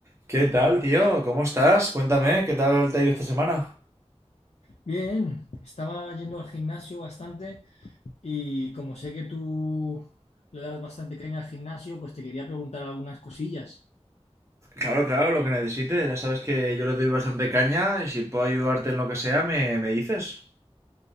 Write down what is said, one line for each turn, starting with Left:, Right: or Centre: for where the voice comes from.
Right: ¿Qué tal, tío? ¿Cómo estás? Cuéntame, ¿qué tal te ha ido esta semana?
Left: Bien, estaba yendo al gimnasio bastante y como sé que tú le das bastante caña al gimnasio, pues te quería preguntar algunas cosillas.
Right: Claro, claro, lo que necesites. Ya sabes que yo le doy bastante caña y si puedo ayudarte en lo que sea, me, me dices.